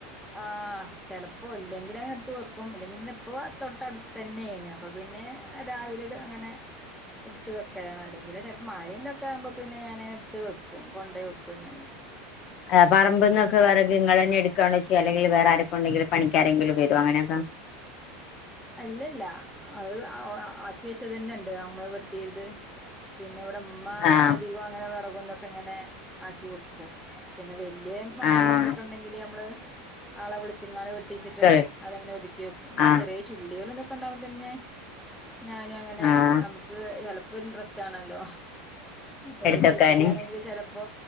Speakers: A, in the centre; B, on the left (about 50°).
A: ആഹ്, ചിലപ്പോ, ഇല്ലെങ്കിൽ അങ്ങനെ അടുത്ത് വെക്കും. ഇല്ലെങ്കിൽ ഇപ്പ തൊട്ട അടുത്ത് തന്നെണ്. അപ്പോൾ പിന്നെ, രാവിലെ ട് അങ്ങനെ.
B: <inaudible>
A: എടുത്ത് വെക്കലാണ് അല്ലെങ്കിൽ ചിലപ്പോ മഴയി തൊക്കെ ആകുമ്പോ പിന്നെ ഞാൻ എടുത്ത് വെക്കും കൊണ്ടേ വെക്കും ഞാന്.
B: എ പറമ്പ്ന്നൊക്കെ വിറക് നിങ്ങളന്നെ എടുക്കയാണ ചെയ്യ. അല്ലെങ്കിൽ വേറെ ആരെക്കൊണ്ടെങ്കിലും പണിക്കാരെങ്കിലും വരൊ അങ്ങനെയൊക്കെ.
A: അല്ല, ല്ല. അത് അ ഒ ആ ആക്കി വെച്ചത് തന്നെ ഉണ്ട്. നമ്മള് വെട്ടിയത്. പിന്നെ, ഇവിടെ ഉമ്മ
B: ആഹ്
A: അധികം അങ്ങനെ വിറകും തൊക്കെ, ഇങ്ങനെ ആക്കി വക്കും. പിന്നെ, വലിയ മരങ്ങള
B: ആഹ്
A: ന്തൊക്കെ ഉണ്ടെങ്കിൽ നമ്മള് ആളെ വിളിച്ചിങ്ങ ട്ടിച്ചിട്ട്
B: ക്കെ
A: അതങ്ങനെ ഒതുക്കി വെക്കും. പിന്നെ
B: ആഹ്
A: ചെറിയ ചുള്ളികള് തൊക്കെ ഉണ്ടാവും പോ പിന്നെ. ഞാനും അങ്ങനെ,
B: ആഹ്
A: നമുക്ക് ചിലപ്പോ ഒരു ഇൻട്രസ്റ്റ് ആണല്ലോ? ഒഴിഞ്ഞിരിക്കുവാണെങ്കിൽ
B: എടുത്തക്കാന്
A: ചെലപ്പോ